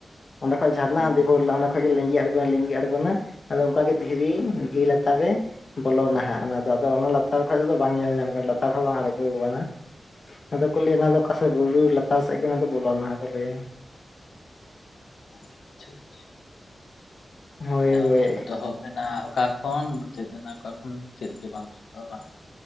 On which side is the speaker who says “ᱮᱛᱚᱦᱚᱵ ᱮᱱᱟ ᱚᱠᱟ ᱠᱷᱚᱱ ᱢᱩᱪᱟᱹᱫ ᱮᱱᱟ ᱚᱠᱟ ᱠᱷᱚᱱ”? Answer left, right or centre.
Left